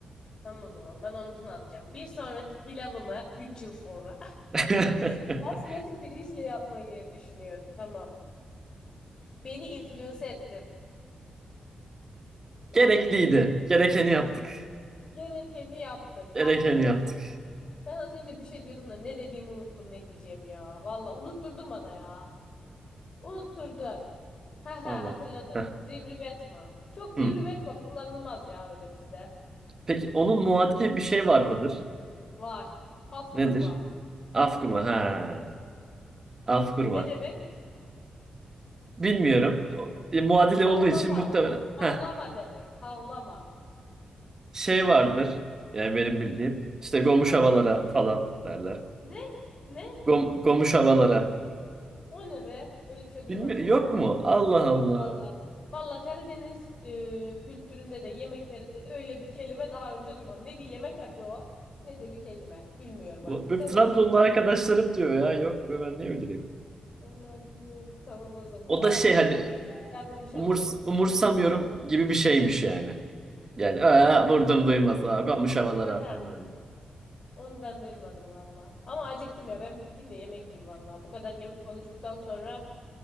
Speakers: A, on the left; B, on the right.
A: Tamam o zaman ben ondan alacağım. Bir sonraki pilavımı 3 yıl sonra
B: <laughs>
A: <laughs> basmati pirinçle yapmayı düşünüyorum. Tamam. Beni influence ettin. Bak
B: Gerekliydi.
A: böyle bir
B: Gerekeni yaptık.
A: gerekeni yaptık.
B: Gerekeni
A: Aynen öyle.
B: yaptık.
A: Ben az önce bir şey diyordum da ne dediğimi unuttum ne diyeceğimi ya. Valla unutturdun bana ya. Unutturdun. Ha ha
B: Vallahi.
A: hatırladım.
B: Heh.
A: Rivriv etme. Çok rivriv
B: Hmm.
A: etme kullanılmaz ya öyle bizde.
B: Peki onun muadili bir şey var mıdır?
A: Var. Af kurma.
B: Nedir? Afkurma. Ha. Afkurma.
A: Ne demek?
B: Bilmiyorum. O- e, muadili
A: Havlama.
B: olduğu için muhtemelen.
A: Havlama
B: Heh.
A: demek. Havlama.
B: şey vardır. Yani benim bildiğim. İşte gomuş havalara falan derler.
A: Ne? Ne?
B: Gom, gomuş havalara.
A: O ne be? Öyle bir şey duymadım
B: Bilmiyorum, yok
A: valla.
B: mu? Allah Allah.
A: Yok valla. Valla Karadeniz e, kültüründe de yemeklerinde de öyle bir kelime daha önce duymam. Ne bir yemek adı o ne de bir kelime. Bilmiyorum
B: Bu-
A: artık.
B: Benim
A: Sen
B: Trabzonlu
A: uydurmuşsun
B: arkadaşlarım
A: belli.
B: diyor ya. Yok be ben ne bileyim.
A: Valla bilmiyorum. Tamam o zaman.
B: O
A: Valla
B: da şey
A: keyifliydi.
B: hani
A: Bir daha konuşalım
B: umurs,
A: bunu.
B: umursamıyorum
A: Hı.
B: gibi bir şeymiş yani. Yani
A: Allah
B: "Aa, vurdum
A: Allah.
B: duymaz. Aa, gomuş havalara
A: Aha.
B: falan öyle.
A: Onu ben duymadım valla. Ama acıktım ya. Ben bir gideyim de yemek yiyeyim valla. Bu kadar yemek konuştuktan sonra